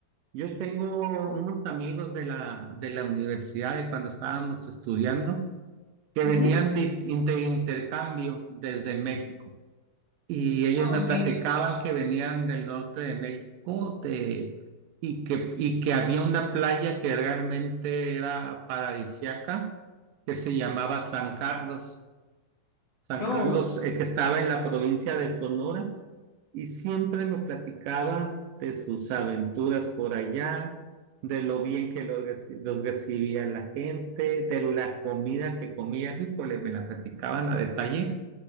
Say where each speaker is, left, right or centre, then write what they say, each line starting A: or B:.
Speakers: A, on the right (about 80°); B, on the left (about 80°).
A: Yo tengo unos amigos de la, de la universidad de cuando estábamos estudiando que
B: Ujú.
A: venían de, de intercambio desde México. y ellos
B: Ah,
A: me
B: ok.
A: platicaban que venían del norte de México de, y que, y que había una playa que realmente era paradisiaca, que se llamaba San Carlos. San
B: Oh,
A: Carlos, eh, que estaba en la provincia de Sonora, y siempre me platicaban de sus aventuras por allá, de lo bien que los, reci- los recibía la gente, de la comida que comía, híjole, me la platicaban a detalle,